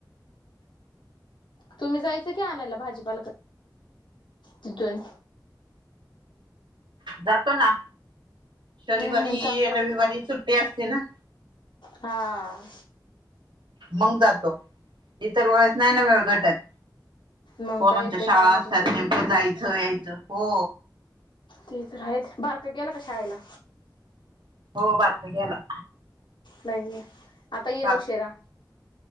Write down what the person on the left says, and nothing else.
तुम्ही जायचं की आणायला भाजीपाला तिथून.
हम्म चांगलं भेटतो
हा
मग
काय ते
कामाच्या
हेच्यात
ते तर आहेच, बारकं गेलं का शाळेला?
नाहीये आता इन
उशिरा.